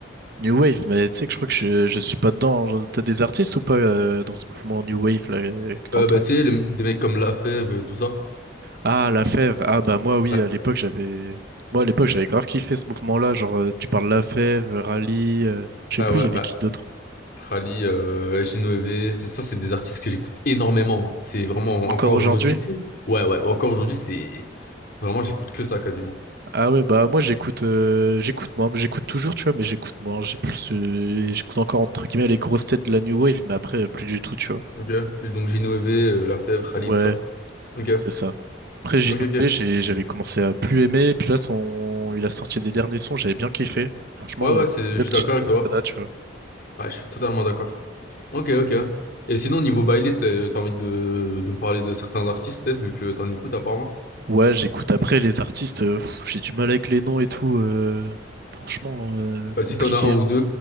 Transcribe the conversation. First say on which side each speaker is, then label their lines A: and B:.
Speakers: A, on the right; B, on the left.
A: New Wave, mais tu sais que je crois que je, je suis pas dedans. Genre, T'as des artistes ou pas euh, dans ce mouvement New Wave, là, euh, que t'entends?
B: Euh, bah, tu sais, les- des mecs comme Lafèvre, euh, tout ça.
A: Ah, La Fève. Ah, bah, moi, oui,
B: Ouais,
A: à l'époque, j'avais. Moi, à l'époque, j'avais grave kiffé ce mouvement-là. Genre, euh, tu parles La Fève, Rallye, euh, je
B: ouais,
A: sais plus,
B: ouais,
A: il y avait
B: bah,
A: qui d'autre?
B: Khali, euh, Ginovè, ça, ça, c'est des artistes que j'écoute énormément. C'est vraiment,
A: Encore
B: encore
A: aujourd'hui?
B: aujourd'hui, c'est. Ouais, ouais, encore aujourd'hui, c'est. Vraiment, j'écoute que ça quasiment.
A: Ah ouais, bah moi j'écoute euh, j'écoute moi, j'écoute toujours, tu vois, mais j'écoute moi J'ai plus euh, j'écoute encore entre guillemets les grosses têtes de la New Wave, mais après euh, plus du tout, tu vois.
B: Ok. Et donc Ginovè, Lafèvre, Khalid,
A: Ouais,
B: ça. Ok.
A: c'est ça. Après Inoue,
B: Ok, ok.
A: j'ai j'avais commencé à plus aimer, puis là son il a sorti des derniers sons, j'avais bien kiffé. Franchement,
B: Ouais, ouais,
A: euh,
B: c'est... je
A: belle
B: suis
A: petite
B: d'accord
A: remontada,
B: avec toi.
A: tu vois.
B: Ouais, je suis totalement d'accord. Ok, ok. Et sinon, niveau baile, t'as t'as envie de... de me parler de certains artistes, peut-être, vu que t'en écoutes apparemment.
A: Ouais, j'écoute après les artistes, euh, pff, j'ai du mal avec les noms et tout. euh, franchement, euh,
B: Bah,
A: compliqué.
B: si t'en as un ou deux,